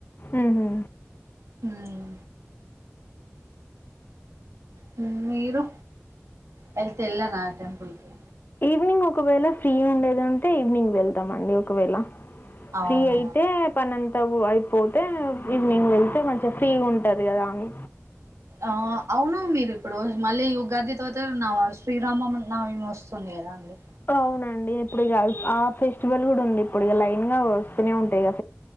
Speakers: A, on the left; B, on the right.
A: ఉహూ
B: హ్మ్. హూ మీరు వెళ్తే వెళ్ళారా టెంపుల్ కి
A: ఈవినింగ్ ఒకవేళ ఫ్రీ ఉండేదుంటే ఈవినింగ్ వెళ్తామండి ఒకవేళ
B: అవును
A: ఫ్రీ అయితే పనంతా ఊ అయిపోతే ఈవినింగ్ వెళ్తే మంచిగా ఫ్రీ ఉం టది కదా అని
B: ఆ అవును మీరు ఇప్పుడు మళ్ళీ ఉగాది తవత నా శ్రీరామం నవమి వస్తుంది కదా అండి
A: అవునండి ఇప్పుడిక అయి ఆ ఫెస్టివల్ కూడా ఉంది ఇప్పుడిక లైన్ గా వస్తూనే ఉంటాయి ఇగా